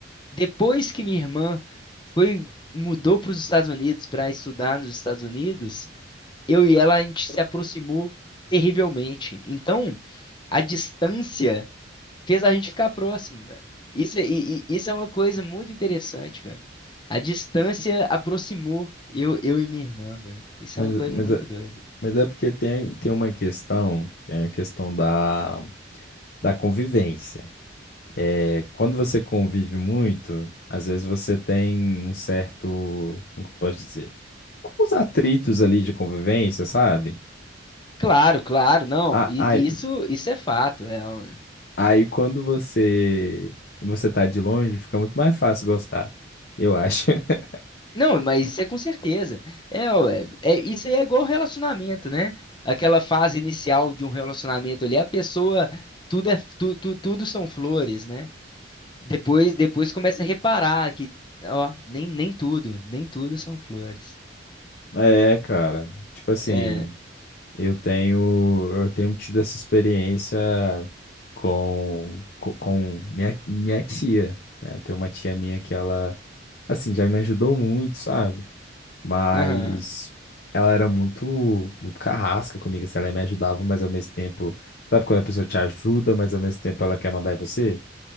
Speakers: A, on the left; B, on the left.
A: Depois que minha irmã foi mudou para os Estados Unidos para estudar nos Estados Unidos, eu e ela a gente se aproximou terrivelmente. Então, a distância fez a gente ficar próximo, velho. Isso, é- e, e- isso é uma coisa muito interessante, velho. A distância aproximou eu, eu e minha irmã, velho. Isso
B: Mas,
A: é uma coisa
B: mas,
A: muito
B: é-
A: doida.
B: mas é porque tem, tem uma questão, que é a questão da, da convivência. É, quando você convive muito, às vezes você tem um certo, como que eu posso dizer, uns atritos ali de convivência, sabe?
A: Claro, claro, não.
B: A-
A: E
B: Aí,
A: isso, isso é fato. É, um-
B: aí quando você, quando você tá de longe, fica muito mais fácil gostar, eu acho. <laughs>
A: não, mas isso é com certeza. É, ué, é, isso aí é igual relacionamento, né? Aquela fase inicial de um relacionamento ali, a pessoa, tudo é, tu, tu- tudo são flores, né? Depois, depois começa a reparar que, ó, nem, nem tudo, nem tudo são flores.
B: É, cara. Tipo assim.
A: É,
B: Eu tenho, eu tenho tido essa experiência com, co- com, minha, minha tia, né? Eu tenho uma tia minha que ela, assim, já me ajudou muito, sabe? Mas
A: aham,
B: ela era muito, muito carrasca comigo, assim, ela me ajudava, mas ao mesmo tempo, sabe quando a pessoa te ajuda, mas ao mesmo tempo ela quer mandar em você?